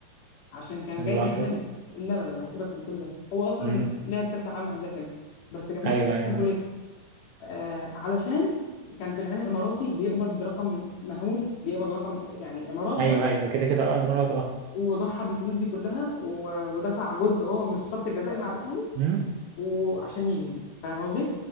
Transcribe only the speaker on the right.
عشان
لقطاته
مم.
ايوه
ايوه
ايوه ايوه كده كده اه انا مرات اه
مم.